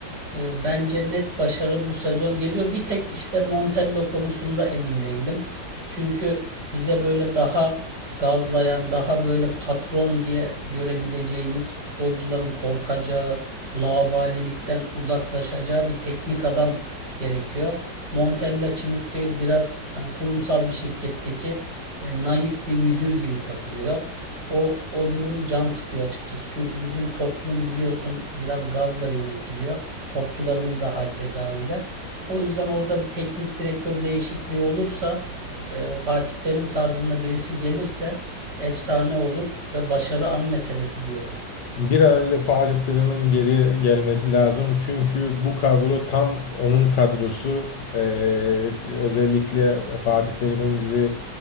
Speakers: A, on the right; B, on the left.
A: Ee, Bence net başarı bu sezon geliyor. Bir tek işte Montella konusunda emin değilim. Çünkü bize böyle daha gazlayan, daha böyle patron diye görebileceğimiz futbolcuların korkacağı, laubalilikten uzaklaşacağı bir teknik adam gerekiyor. Montella çünkü biraz hani kurumsal bir şirketteki e, naif bir müdür gibi takılıyor. O, o durum can sıkıyor açıkçası. Çünkü bizim toplum biliyorsun biraz gazla yönetiliyor. Topçularımız da hakeza öyle. O yüzden orada bir teknik direktör değişikliği olursa e, Fatih Terim tarzında birisi gelirse efsane olur ve başarı an meselesi diyorum.
B: Bir an önce Fatih Terim'in geriye gelmesi lazım. Çünkü bu kadro tam onun kadrosu. Ee, özellikle Fatih Terim'in bizi